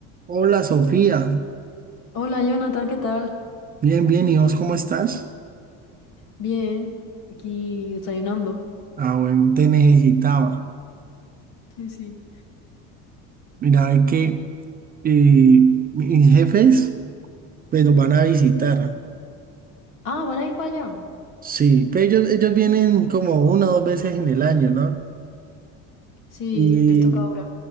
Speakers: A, on the right; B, on the left.
A: Hola Sofía,
B: Hola Jonathan, ¿qué tal?
A: bien, bien, ¿y vos cómo estás?
B: Bien, aquí desayunando.
A: Ah, bueno, te necesitaba.
B: Sí, sí.
A: Mira, es que eh, mis jefes pues los van a visitar.
B: Ah, ¿van a ir para allá?
A: Sí, pero ellos, ellos vienen como una o dos veces en el año, ¿no?
B: Sí,
A: Y
B: les toca ahora.